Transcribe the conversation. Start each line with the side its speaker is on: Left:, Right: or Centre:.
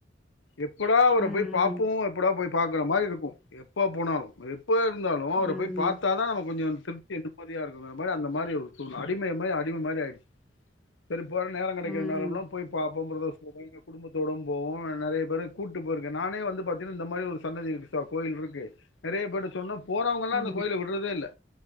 Left: எப்படா அவர
Centre: ம்
Left: போய் பாப்போ எப்படா போய் பாக்குற மாரி இருக்கும் எப்ப போனாலும் எப் ப இருந்தாலு அவர
Centre: ம்
Left: போய் பாத்தா தா நம்ம கொஞ்சோ திருப்தி நிம்மதியா இருக்குங்கிற மாரி அந்த மாரி ஒருசூழ்நிலை அடிமைய மாரி அடிம மாரி ஆயிடுச்சு செரிப்பா நேரம் கிடைக்கிறே
Centre: ம்
Left: நேரோல போய் பாப் ஆமாம் பிரதர்ஸ் அங்க போனா குடும்பத்தோடவு போவோ நெறைய பேர கூட்டு போயிருக்கே நானே வந்து பாத்தீன்னா இந்த மாரி ஒரு சந்ததி இருக்கு கோயில் இருக்கு நெறைய பேர்ட சொன்னோ போறவுங்கல்லா
Centre: ம்
Left: அந்த கோயில விடுறதே இல்ல